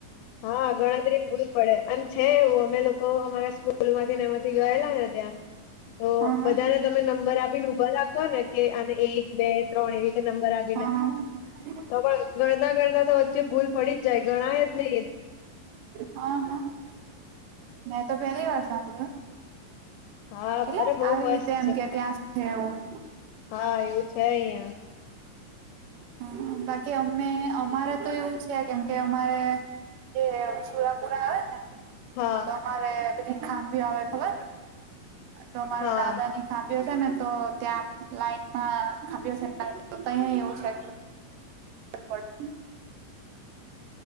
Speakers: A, on the left; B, on the right.
A: હા ગણતરી ભૂલ પડે અને છે એવું અમે લોકો અમારા સ્કૂલ માંથી મળતી ગયેલા ને ત્યાં તો
B: અહા
A: બધાને તમે નંબર આપી ને ઉભા રાખો ને કે અને એક બે ત્રણ એવી રીતે નંબર આપ
B: <unintelligible>
A: હા ગણતા ગણતા તો વચ્ચે ભૂલ પડી જાય ગણાય જ નહી.
B: હહ.. મેં તો પહેલી વાર સાંભળ્યું.
A: હા
B: એટલે
A: અરે બહુ
B: આવી
A: મસ્ત
B: રીતે એમ કે <unintelligible> છે એવું
A: હા એવું છે અહીંયા.
B: હ બાકી અમે અમારે તો એવું જ કેમકે અમારે જે સુરાપુરા આવે ને
A: હા,
B: તો અમારે પેલી <unintelligible> આવે ખબર તો માર
A: હા
B: દાદા ની ખાભ્યો છે ને, તો ત્યાં લાઈનમાં ખાબ્યો છે, તં એવું છે. ડ <unintelligible>